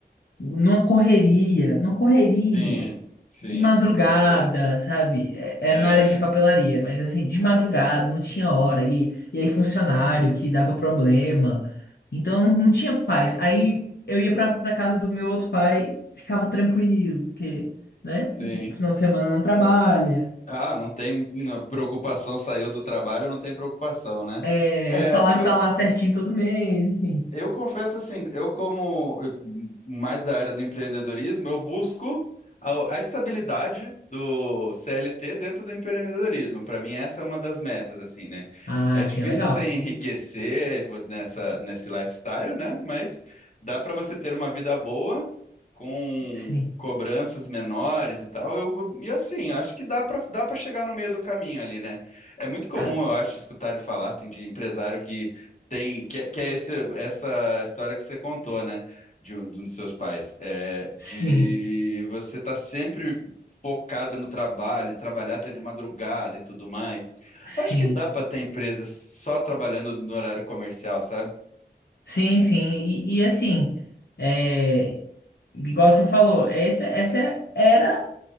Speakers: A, on the left (about 70°); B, on the left (about 45°).
A: numa correria, numa correria.
B: Sim, sim,
A: de madrugada,
B: com certeza.
A: sabe? É, é
B: É,
A: na área de papelaria, mas assim, de madrugada, não tinha hora. E, e aí, funcionário que dava problema. Então, não, não tinha paz. Aí, eu ia pra, pra casa do meu outro pai, ficava tranquilo, porque, né?
B: sim.
A: Final de semana não trabalha.
B: Ah, não tem não, preocupação, saiu do trabalho, não tem preocupação, né?
A: É,
B: É,
A: o salário
B: eu,
A: tá lá certinho todo mês, enfim.
B: Eu confesso assim, eu como mais da era do empreendedorismo, eu busco a, a estabilidade do CLT dentro do empreendedorismo. Para mim, essa é uma das metas, assim, né?
A: Ah,
B: É difícil
A: sim, é legal.
B: você enriquecer nessa, nesse lifestyle, né? Mas dá para você ter uma vida boa com
A: Sim.
B: cobranças menores e tal. Eu, eu- e assim, eu acho que dá para dá para chegar no meio do caminho ali, né? É muito comum,
A: Ah,
B: eu acho, escutar e falar assim de empresário que tem, que, é- que é esse, essa história que você contou, né? De, um de um dos seus pais. É, de
A: sim,
B: você estar sempre focado no trabalho, trabalhar até de madrugada e tudo mais.
A: sim.
B: Eu acho que dá para ter empresa só trabalhando no horário comercial, sabe?
A: Sim, sim. E, e assim, é, igual você falou, essa, essa era.